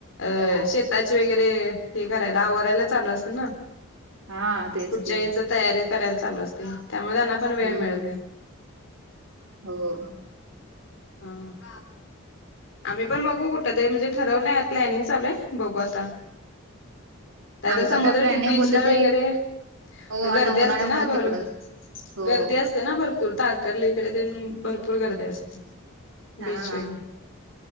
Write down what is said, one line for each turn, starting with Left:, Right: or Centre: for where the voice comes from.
Left: अह
Right: हो
Left: शेत त्याचे वगैरे हे करायला आवराला चालू असतं ना
Right: हा. तेच
Left: पुढच्या
Right: की
Left: ह्याच तयारी करायला चालू असते त्यामुळे त्यांना पण वेळ
Right: हम्म
Left: मिळत नाही.
Right: हो.
Left: हां हां. आम्ही पण बघू कुठ तरी म्हणजे ठरवलंय प्लॅनिंग चालूय बघू आता. त्या
Right: आमचं
Left: तर समुद्र
Right: काय प्लॅनिंग
Left: ठीक बीचला
Right: होतं ते
Left: वगैरे
Right: हो
Left: गर्दी
Right: आता उन्हाळ्यामुळे
Left: असत्याना भरून
Right: तिकडं हो
Left: गर्दी अस ते ना भरपूर तारकर्लीकडे ते भरपूर गर्दी असते
Right: हा
Left: बीच वगैरे.